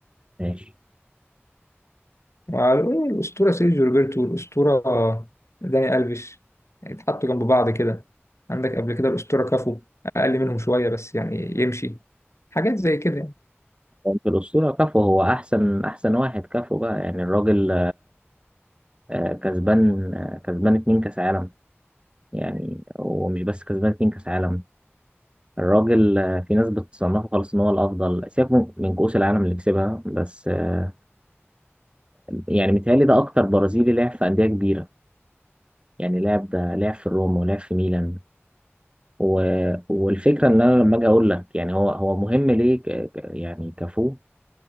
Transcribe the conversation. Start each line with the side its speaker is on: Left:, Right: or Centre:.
Right: ماشي
Left: مع ال- الأسطورة سيرجيو روبرتو والأسطورة داني ألفيش يعني اتحطوا جنب بعض كده عندك قبل كده الأسطورة كافو أقل منهم شوية بس يعني يمشي حاجات زي كده يعني.
Right: هو في الأسطورة كفو هو أحسن أحسن واحد كفو بقى يعني الراجل آه، كسبان آه، كسبان اتنين كأس عالم يعني ومش بس كسبان اتنين كأس عالم الراجل آه، في ناس بتصنفه خلاص إن هو الأفضل سيبك من من كؤوس العالم اللي كسبها بس آه، يعني متهيألي ده أكتر برازيلي لعب في أندية كبيرة يعني لعب ده لعب في الروم ولعب في ميلان و... والفكره ان انا لما اجي اقول لك يعني هو هو مهم ليه ك... ك- يعني كفو